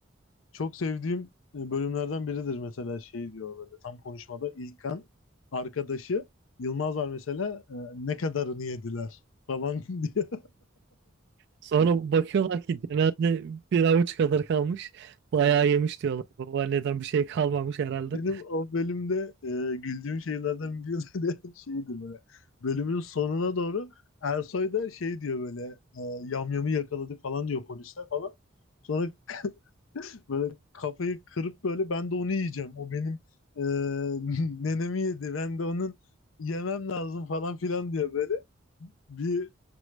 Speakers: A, on the left; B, on the right.
A: Çok sevdiğim e, bölümlerden biridir mesela şey diyor böyle tam konuşmada İlkan arkadaşı Yılmaz var mesela e, ne kadarını yediler falan <laughs> diyor.
B: Sonra bakıyorlar ki genelde bir avuç kadar kalmış. Bayağı yemiş diyorlar. Babaanneden bir şey kalmamış herhalde.
A: Benim o bölümde e, güldüğüm şeylerden biri de <laughs> şeydi böyle. Bölümün sonuna doğru Ersoy da şey diyor böyle e, yamyamı yakaladı falan diyor polisler falan. Sonra k- böyle kafayı kırıp böyle ben de onu yiyeceğim. O benim e, <laughs> nenemi yedi. Ben de onun yemem lazım falan filan diyor böyle. Bir